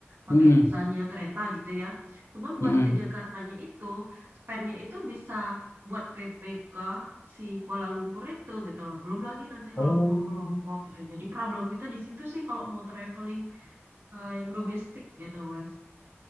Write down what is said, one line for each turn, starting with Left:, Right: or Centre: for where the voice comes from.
Right: pakai
Left: Mm-mm.
Right: misalnya kereta gitu ya. Cuman buat
Left: Mm-mm.
Right: ke Jakartanya itu spendnya itu bisa buat PP si Kuala Lumpur itu gitu loh. Belum lagi nanti
Left: Oh,
Right: kalau mau ke Lombok gitu. Jadi problem kita di situ sih kalau mau traveling eh, yang domestik gitu Mas.